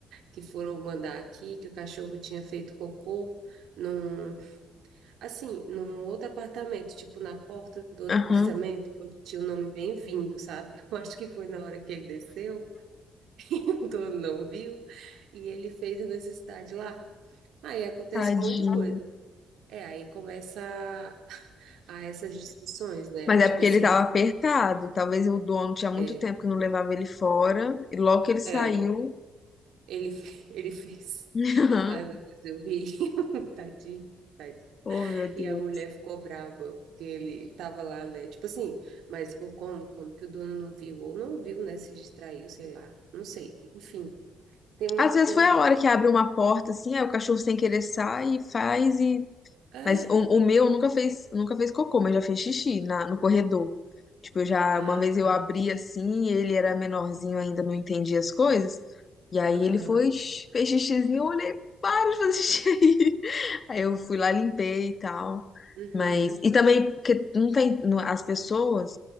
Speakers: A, on the right (about 80°); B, on the left (about 40°).
A: que foram mandar aqui, que o cachorro tinha feito cocô num, assim, num outro apartamento, tipo na porta do outro
B: Aham,
A: apartamento, <laughs> onde tinha o nome Bem-vindo, sabe? <laughs> Eu acho que foi na hora que ele desceu, <laughs> e o dono não viu, e ele fez a necessidade lá. Aí acontece
B: tadinho.
A: um monte de coisa. É, aí começa a, a essas discussões, né?
B: Mas
A: Tipo
B: é porque
A: assim,
B: ele estava apertado. Talvez o dono tinha muito
A: é,
B: tempo que não levava ele fora. E logo que ele saiu.
A: é, ele, <laughs> ele fez.
B: <laughs>
A: Ai, meu Deus, eu ri. <laughs> Tadinho, tadinho.
B: Oh, meu Deus.
A: E a mulher ficou braba, porque ele tava lá, né? Tipo assim, mas por como? Como que o dono não viu? Ou não viu, né? Se distraiu, sei lá. Não sei. Enfim, tem muita
B: Às vezes
A: coisa.
B: foi a hora que abre uma porta assim, aí o cachorro sem querer sai e faz e
A: Ah,
B: Mas o, o meu nunca fez, nunca fez cocô, mas já fez xixi na, no corredor. Tipo, eu já
A: ah,
B: uma vez eu
A: tá.
B: abri assim, e ele era menorzinho ainda, não entendia as coisas. E aí
A: Aham.
B: ele foi, fez xixizinho, eu olhei, para de fazer xixi aí. <laughs> Aí eu fui lá, limpei e tal.
A: Uhum.
B: Mas, e também, porque não tem, não- as pessoas,